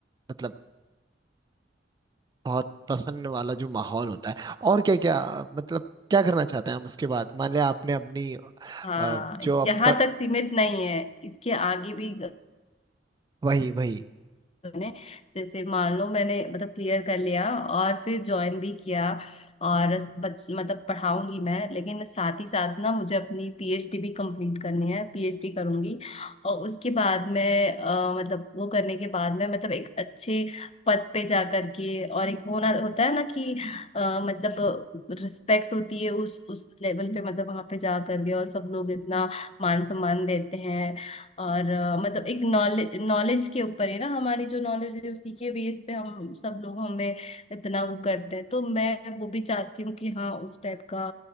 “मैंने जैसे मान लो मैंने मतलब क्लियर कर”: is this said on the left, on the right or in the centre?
Left